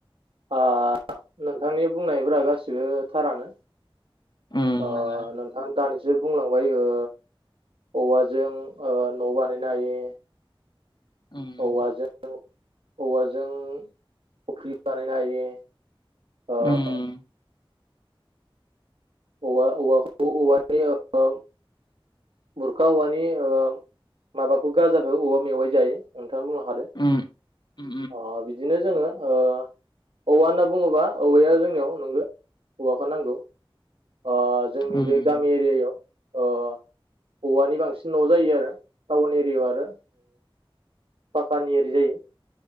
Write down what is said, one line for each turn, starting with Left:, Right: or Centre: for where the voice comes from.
Right: ओ नोंथांनि बुंनायफोरा गासिबो थारानो
Left: उम
Right: ओ
Left: नोङो
Right: नोंथां दानि सो बुंलांबाय ओ औवाजों ओ न' बानायनो हायो
Left: उम
Right: औवाजों औवाजों ख्फ्रि बानायनो हायो ओ
Left: उम
Right: औवा-औवाखौ औवानि ओ बुरखा औवानि ओ माबाखौ गाजाखौ औवा मेवाइ जायो उ
Left: उम
Right: <unintelligible>
Left: उम
Right: अ बिदिनो जोङो औवा औवा होनना बुङोबा औवाया जोंनियाव नंगौ औवाखौ नांगौ ओ जोंनि
Left: उम
Right: बे गामि एरियायाव अ औवानि बांसिन न जायो आरो टाउन एर <unintelligible> आरो फाक्कानि एरि जायो